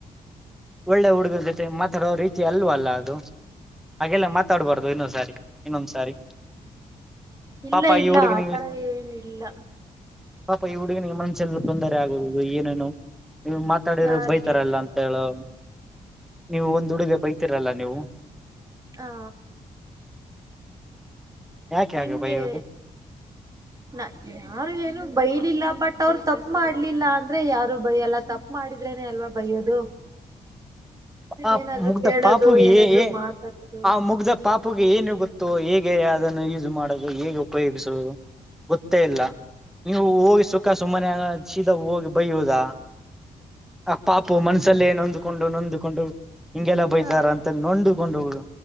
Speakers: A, in the centre; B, on the right.
A: ಒಳ್ಳೆ ಹುಡುಗನ ಜೊತೆ ಮಾತಾಡುವ ರೀತಿ ಅಲ್ವ ಅಲ್ಲ ಅದು ಹಾಗೆಲ್ಲ ಮಾತಾಡಬಾರ್ದ ಇನ್ನೊಂದ್ಸಾರಿ. ಇನ್ನೊಂದ ಸಾರಿ
B: ಇಲ್ಲ
A: ಪಾಪ
B: ಇಲ್ಲ
A: ಈ ಹುಡುಗನ
B: ಆತರ ಏನಿಲ್ಲ
A: ಪಾಪಾ ಈ ಹುಡುಗ ನಿಮ್ಮ ಮನ್ಸಲ್ಲಿ ಬಂದರೆ ಆಗೋದು ಏನೇನು ನೀವ್ ಮಾತಾಡಿದ್ರೆ
B: ಯಾರಿಗೆ
A: ಬೈತಾರಲ್ಲ ಅಂ ಕೇಳೋ. ನೀವು ಒಂದ್ ಹುಡುಗ ಬೈತಿರಲ್ಲ ನೀವು.
B: ಹಾ.
A: ಯಾಕೆ ಹಾಗೆ
B: ನಿಮ್ಗೆ
A: ಬೈಯೋದು
B: ನ ಯಾರು ಏನು ಬೈಲಿಲ್ಲ ಬಟ್ ಅವ್ರು ತಪ್ಪ ಮಾಡ್ಲಿಲ್ಲ ಅಂದ್ರೆ ಯಾರು ಬೈಯಲ್ಲ ತಪ್ಪ ಮಾಡಿದ್ರೇನೆ ಅಲ್ವಾ ಬೈಯೋದು.
A: ಆ
B: ಏನಾದ್ರು
A: ಮುಗಧ
B: ಕೇಳೋದು
A: ಪಾಪೂ ಹೇ
B: ಏನಾದ್ರು
A: ಹೇ
B: ಮಾತಾಡೋದು
A: ಆ ಮುಗ್ಧ ಪಾಪಗೆ ಏನು ಗೊತ್ತು ಹೇಗೆ ಅದನ್ನು ಯೂಸ್ ಮಾಡೋದು ಹೇಗೆ ಉಪಯೋಗಿಸುದು. ಗೊತ್ತೇ ಇಲ್ಲ ನೀವು ಹೋಗಿ ಸು ಪಕ್ಕ ಸುಮ್ಮನೆ ಸೀದ ಹೋಗಿ ಬಯ್ಯುದ ಆ ಪಾಪು ಮನ್ಸಲ್ಲಿ ಏನೊಂದು ಕೊಂಡು ನೊಂದಕೊಂಡು ಹಿಂಗೆಲ್ಲ ಬಯತಾರ
B: ಹ
A: ಅಂತ ನೊದ್ಕೊಂಡು